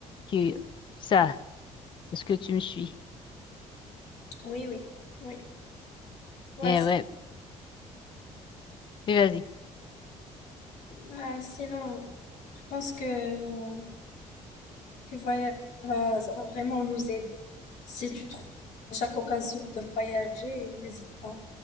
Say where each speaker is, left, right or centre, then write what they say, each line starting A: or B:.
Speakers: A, on the left; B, on the left.
A: que ça. Est-ce que tu me suis?
B: oui, oui, oui. Ouais,
A: Eh
B: c'est-
A: ouais, mais vas-y.
B: bah, sinon, je pense que, euh, que voyager va, ça va vraiment nous aider. Si tu trouves à chaque occasion de voyager, n'hésite pas.